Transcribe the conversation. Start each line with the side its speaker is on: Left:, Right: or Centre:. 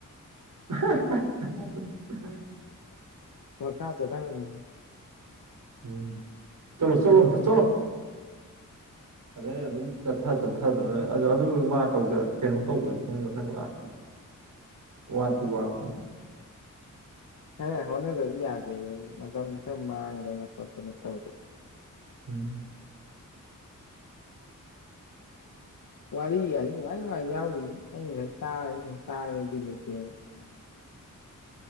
Right: <unintelligible>
Left: ꯍꯣꯏ ꯐꯔ ꯆꯠꯊ꯭ꯔꯒꯕ ꯃꯤꯅꯤ
Right: ꯎꯝ ꯆꯂꯣ ꯆꯂꯣ ꯑꯝꯇ ꯆꯂꯣ ꯑꯗꯩ ꯑꯗꯨꯝ ꯆꯠꯊ ꯆꯠꯊꯗꯅ ꯑꯗꯨ ꯃꯥ ꯇꯧꯖ ꯀꯩꯅꯣ ꯇꯧꯖ ꯃꯊꯪ ꯂꯥꯛ ꯋꯥꯠꯇꯤ ꯋꯥꯕꯅꯦ
Left: ꯈꯔ ꯍꯣꯠꯅꯗꯗꯤ ꯌꯥꯗꯦꯅꯦ ꯃꯇꯝ ꯈꯔ ꯃꯥꯡꯗꯅ ꯈꯣꯠꯇꯅ ꯇꯧꯗ
Right: ꯎꯝ
Left: ꯋꯥꯔꯤꯒꯖ‌ꯦ ꯅꯨꯡꯉꯥꯏ ꯅꯨꯡꯉꯥꯏꯕ ꯌꯥꯎꯔꯤꯕ ꯑꯩ ꯉꯁꯥꯏ ꯇꯥꯕꯗ ꯁꯨꯝ ꯇꯥꯒꯦꯅ ꯕꯤꯠ ꯂꯩꯇꯦꯅ